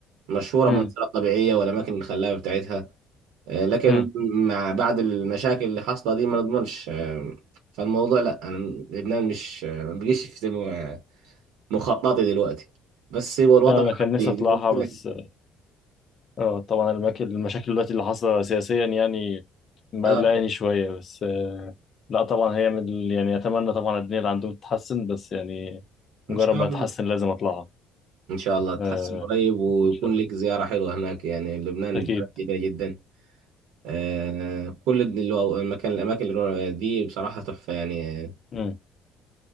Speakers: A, on the right; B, on the left.
A: مشهوره
B: امم
A: بالمناظر الطبيعيه والاماكن الخلابه بتاعتها آه، لكن
B: أمم.
A: مع بعد المشاكل اللي حاصله دي ما نضمنش آه، فالموضوع لا انا م- لبنان مش آه، ما بقيش في م- مخططي دلوقتي بس هو الوطن
B: لا انا كان نفسي
A: عندي،
B: اطلعها
A: زي ما قلت لك
B: بس اه طبعا المك- المشاكل دلوقتي اللي حاصلة سياسيا يعني مقلقاني
A: اه
B: شوية بس آه، لا طبعا هي من ال- يعني اتمنى طبعا الدنيا اللي عندهم تتحسن بس يعني
A: ان
B: مجرد
A: شاء
B: ما
A: الله
B: تتحسن لازم اطلعها
A: ان شاء الله تحسن
B: آه،
A: قريب ويكون
B: ان شاء الله
A: لك زياره حلوه هناك يعني لبنان
B: اكيد
A: بلد جميله جدا آه، كل ال- الو- المكان الاماكن اللي دي بصراحه تحفه يعني
B: امم